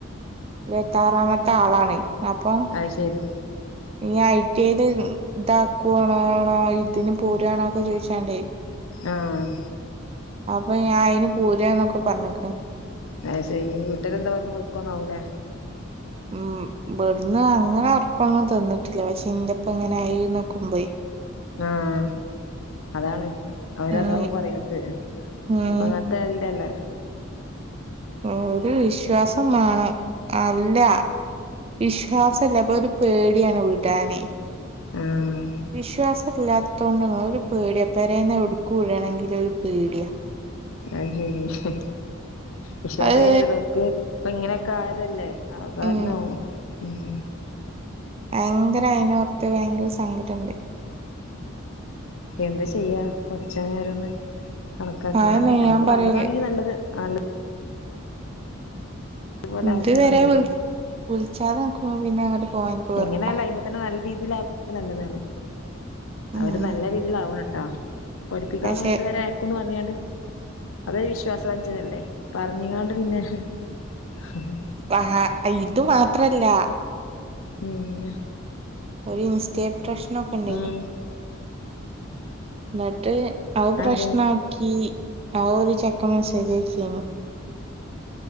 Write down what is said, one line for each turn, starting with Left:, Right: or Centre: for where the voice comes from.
Right: ഇരുവത്താറാമത്താളാണ് അപ്പൊ
Left: അയ് ശെരി
Right: ഞി ഐ ടി എയ് ല് ഇതാക്കുണോ ണോ ഇതിന് പോര്ആണോ ഒക്കെ ചോയ്ച്ചാണ്ടേയ്
Left: ആഹ്
Right: അപ്പ ഞാൻ അയിന് പോര്ആഹ് ന്നൊക്കെ പറഞ്ക്ക്ണ്
Left: അത് ശെരി വീട്ടാര് എന്താ പർഞ്ഞെ പോയ്കോ ന്നാഉലേ
Right: ഉം ഇബട്ന്ന്. അങ്ങനെ. ഒറപ്പൊന്നും തിന്ന്ട്ടില്ല. പഷെ ഇന്റെപ്പ ങ്ങനെ ആയി ന്നികുബേയ്.
Left: ആഹ്. അതാണ് അവരതാവും.
Right: ഉം
Left: പറയാത്ത്.
Right: ഉം
Left: പ്പങ്ങനെ തെരണ്ടല്ലേ.
Right: ഓരു വിശ്വാസമ്മാണം. അല്ല.. വിശ്വാസല്ല. പ്പൊ. ഒരു പേടിയാണ്. വിടാനയ്..
Left: ഉം
Right: വിശ്വാസഇല്ലാത്തതോണ്ടോന്നല്ല. ഒരു പേടിയ. പേരെന്ന്. എവുട്ക്ക് വിടണെങ്കിലും. ഒരു പേടിയാ.
Left: അഹ്ശരി. ഹ്. വിശ്വാസയ്യഞ്ഞിട്ടല്ല.
Right: അത്
Left: ഓല്ക്ക് ഇപ്പൊ. ഇങ്ങനെയൊക്കെ. ആയതല്ലേ.. ആഹ് കാരണവും
Right: ഉം
Left: ഉം
Right: ഭയങ്കര അയിനോർത്ത്. ഭയങ്കര സങ്കടണ്ട്..
Left: എന്ത ചെയ്യാ. പടചോനോരൊന്ന്.. കണക്കാക്ക്ണല്ലേ.
Right: അതന്നെ
Left: നമക്ക്.
Right: ഞാൻ പറയല്
Left: നല്ലതാണെങ്കി. നല്ലത്. വാണ്ടേ നല്ലതുപോലെ
Right: ഇതു
Left: ആവട്ടെന്ന്
Right: വരെ
Left: പറയാ
Right: വി വിൽച്ചാതെ നിക്ക്ബോ പിന്നങ്ങട്ട് പോവാൻ വെറുപ്പാ
Left: എങ്ങനായാലയ് മ്മെ തന്നെ നല്ല രീതിയിലാ നല്ലതാണ്.
Right: ഉം
Left: അവര് നല്ല രീതിയിലാവണട്ട. പഠിപ്പിക്കാന്
Right: പക്ഷെ
Left: അത് വരെ അയകുന്ന് പർഞ്ഞിങ്ങാണ്ട് അതൊരു വിശ്വാസവഞ്ചനല്ലേ. പർഞ്ഞിങ്ങാണ്ട് പിന്നെ ഹ് ഹ്
Right: ആഹ ഇതു മാത്രല്ല.
Left: പിന്നെ
Right: ഒരിൻസ്റ്റേ പ്രശ്നൊക്കെണ്ടായ്നി
Left: ഉം
Right: ന്നട്ട് അത്
Left: അതെന്തേ
Right: പ്രശ്നാക്കി ആ ഒര് ചെക്കൻ മെസ്സേജയ്ചീനി